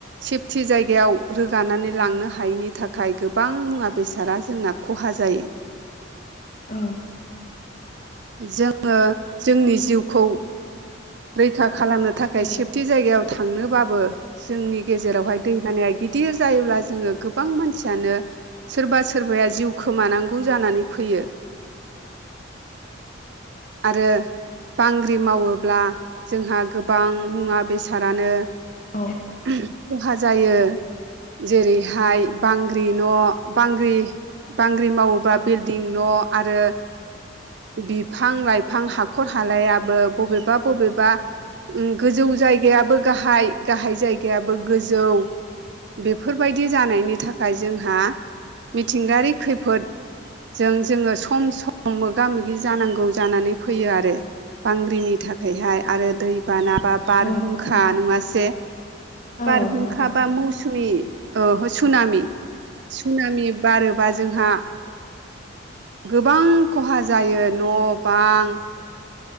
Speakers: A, on the right (about 60°); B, on the left (about 40°).
A: सेप्ति जायगायाव रोगानानै लांनो हा हायैनि थाखाय गोबां मुवा बेसादा जोंना खहा जायो।
B: औ।
A: जोङो जोंनि जिउखौ रैखा खालामनो थाखाय
B: औ
A: सेफटि जायगायाव थांनो बाबो जोंनि गेजेरावहाय दैबानाया गिदिर जायोब्ला जोङो गोबां मानसियानो सोरबा सोरबाया जिउ खोमानांगौ जानानै फैयो आरो बांग्रि मावोब्ला जोंहा गोबां मुवा बेसादानो
B: औ
A: खहा जायो। जेरैहाय बांग्रि न' बांग्रि बांग्रिं मावोबा बिल्डिं न' आरो बिफां लाइफां हाखर हालायाबो बबेबा बबेबा ओ गोजौ जायगायाबो गाहाय गाहाय जायगायाबो गोजौ बेफोरबायदि जानायनि थाखाय जोंहा मिथिंगायारि खैफोद जों जोङो सम सम मोगा मोगि जानांगौ जानानै फैयो आरो बांग्रिनि थाखैहाय आरो दै बानाबा बारहुंखा
B: औ थारैनो
A: नङासे
B: औ
A: बारहुंखा
B: नंगौ
A: बा मौसुमि औ सुनामि सुनाामि बारोबा जोंहा गोबां खहा जायो न' बां